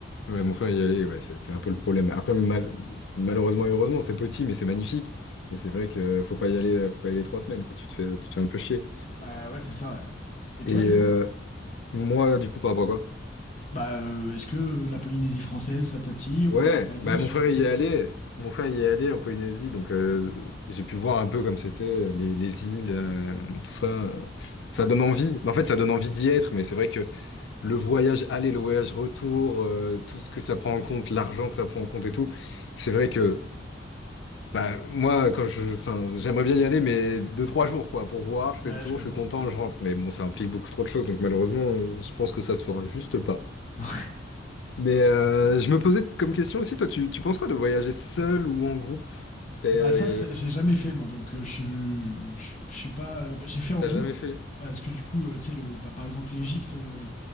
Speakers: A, on the left; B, on the left.
A: Ouais, mon frère y allait, ouais, c'est c'est un peu le problème. Après, mal- malheureusement et heureusement, c'est petit, mais c'est magnifique. Mais c'est vrai que faut pas y aller, faut pas y aller trois semaines, quoi. Tu te fais, tu te fais un peu chier.
B: Bah ouais, c'est ça. ouais. Et
A: Et
B: toi,
A: euh,
B: du coup?
A: moi, du coup, par rapport à quoi?
B: Bah, euh, est-ce que la Polynésie française, ça t'attire?
A: Ouais,
B: Ou le Bali,
A: bah mon
B: ce
A: frère
B: genre de truc,
A: y est allé,
B: tu
A: mon frère y est allé en Polynésie, donc euh, j'ai pu voir un peu comme c'était euh, les, les îles, euh, tout ça. euh. Ça donne envie. Mais en fait, ça donne envie d'y être, mais c'est vrai que le voyage aller, le voyage retour, euh, tout ce que ça prend en compte, l'argent que ça prend en compte et tout, c'est vrai que bah, moi, quand je, enfin, j'aimerais bien y aller, mais deux, trois jours quoi, pour voir, je
B: vois?
A: fais le
B: Ouais,
A: tour,
B: je comprends.
A: je suis content, je rentre. Mais bon, ça implique beaucoup trop de choses, donc malheureusement, euh, je pense que ça se fera juste pas.
B: <laughs>
A: Mais euh, je me posais comme question aussi, toi, tu, tu penses quoi de voyager seul ou en groupe? T'es- euh,
B: Bah ça, c'est- j'ai jamais fait moi, donc euh, je suis, je, je suis pas. euh, bah, j'ai fait en
A: T'as
B: groupe
A: jamais fait?
B: parce que du coup, euh, tu sais, le, bah, par exemple l'Égypte, euh,